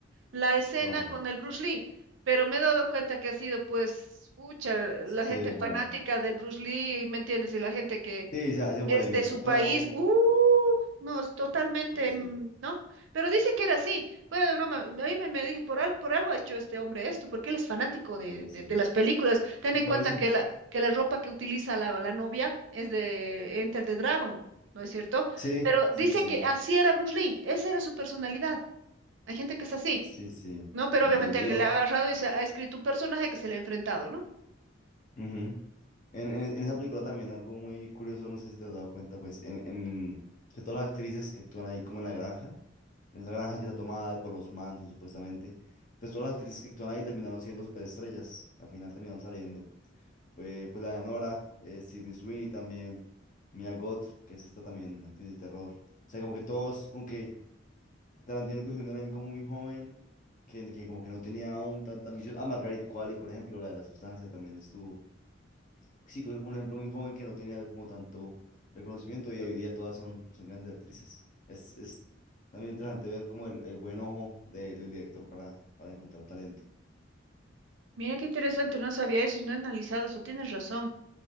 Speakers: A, on the right (about 75°); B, on the left (about 40°).
A: la escena
B: ¿Cuál?
A: con el Bruce Lee, pero me he dado cuenta que ha sido pues, pucha,
B: Sí,
A: la gente
B: es buena.
A: fanática del Bruce Lee, ¿me entiendes? Y la gente que
B: Sí, se ha sido
A: es
B: polémica,
A: de su país,
B: pero
A: uh, no, es totalmente,
B: sí, sí,
A: mm, ¿no? Pero dice que era así, fuera de broma, a mí me, me dije, por, al- por algo ha hecho este hombre esto, porque él es fanático de,
B: sí, sí.
A: de- de las películas. Ten
B: Igual
A: en cuenta
B: es in-
A: que la, que la ropa que utiliza la, la novia es de Enter the Dragon. ¿No es cierto?
B: sí,
A: Pero
B: sí,
A: dice
B: sí,
A: que así era Bruce Lee, esa era su personalidad. Hay gente que es así.
B: sí, sí.
A: No, pero
B: Entiendo,
A: obviamente
B: Dios.
A: le ha agarrado y se ha escrito un personaje que se le ha enfrentado, ¿no?
B: Ujú. En, en- en esa película también algo muy curioso, no sé si te has dado cuenta, pues, en, en que todas las actrices que actúan ahí como en la granja, en esa granja que está tomada por los Manson supuestamente, pues todas las actrices que actúan ahí terminaron siendo superestrellas, al final terminaron saliendo. Fue pues la de Nora, eh, Sydney Sweeney también, Mia Goth, que es esta también actriz de terror. O sea, como que todos, como que Tarantino cogió un elenco muy joven, que, que como que no tenía aún tanta ambición. Ah, Margaret Qualley, por ejemplo, la de la sustancia también estuvo sí, cogió como un ejemplo muy joven que no tenía como tanto reconocimiento y hoy día todas son, son grandes actrices. Es, es también interesante ver como el, el buen ojo de- del director para, para encontrar talento.
A: Mira qué interesante, no sabía eso y no he analizado eso, tienes razón.